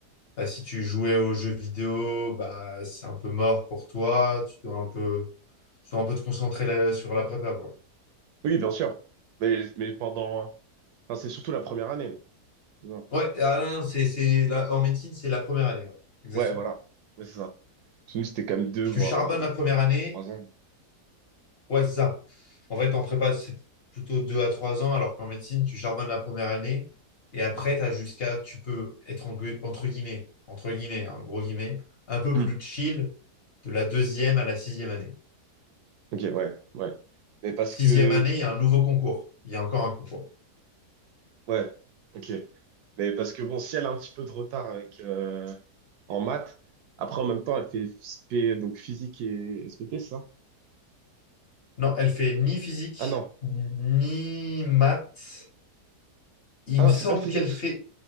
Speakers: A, on the left; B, on the right.
A: bah, si tu jouais aux jeux vidéo, bah, c'est un peu mort pour toi. Tu dois un peu, tu dois un peu te concentrer là- sur la prépa, quoi.
B: Oui, bien sûr. Mais, mais pendant... Enfin, c'est surtout la première année. C'est ça.
A: Ouais, ah non, non, c'est, c'est la- en médecine, c'est la première année. ouais, exactement.
B: Ouais, voilà. Ouais, c'est ça. Parce Nous, c'était quand même deux,
A: Tu
B: voire
A: charbonnes
B: euh,
A: la première année
B: trois ans.
A: Ouais, c'est ça. En fait, en prépa, c'est plutôt 2 à 3 ans, alors qu'en médecine, tu charbonnes la première année et après, t'as jusqu'à, tu peux être en gu- entre guillemets, entre guillemets, hein, en gros guillemets, un peu
B: Hmm.
A: plus chill de la deuxième à la sixième année.
B: Ok, ouais, ouais. Mais parce
A: Sixième
B: que...
A: année, il y a un nouveau concours. Il y a encore un concours.
B: Ouais. Ok. Mais parce que, bon, si elle a un petit peu de retard avec... euh, en maths. Après, en même temps, elle fait SP, donc physique et SVT, c'est ça?
A: Non, elle fait ni physique,
B: Ah non.
A: ni maths. Il
B: Ah non,
A: me semble
B: elle fait pas physique.
A: qu'elle fait,